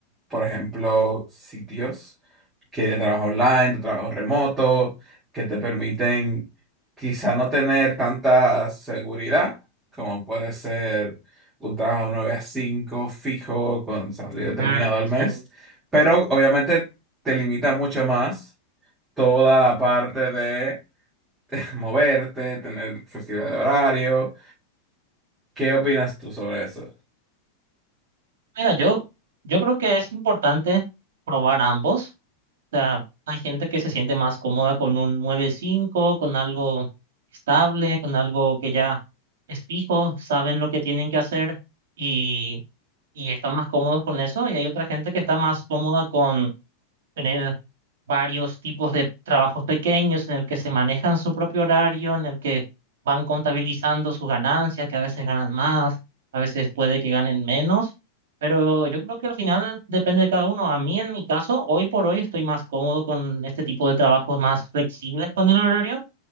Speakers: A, on the right (about 15°); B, on the right (about 55°).
A: por ejemplo, sitios que de trabajo online, de trabajo remoto, que te permiten quizá no tener tanta seguridad, como puede ser un trabajo 9 a 5 fijo con salario determinado
B: Claro,
A: al
B: sí.
A: mes, pero obviamente te limita mucho más toda la parte de <laughs> moverte, tener flexibilidad de horario. ¿Qué opinas tú sobre eso?
B: Mira, yo, yo creo que es importante probar ambos O sea, hay gente que se siente más cómoda con un nueve cinco con algo estable, con algo que ya es fijo, saben lo que tienen que hacer y, y están más cómodos con eso. Y hay otra gente que está más cómoda con tener varios tipos de trabajos pequeños en el que se manejan su propio horario, en el que van contabilizando sus ganancias, que a veces ganan más, a veces puede que ganen menos, pero yo creo que al final depende de cada uno. A mí, en mi caso, hoy por hoy estoy más cómodo con este tipo de trabajos más flexibles con el horario,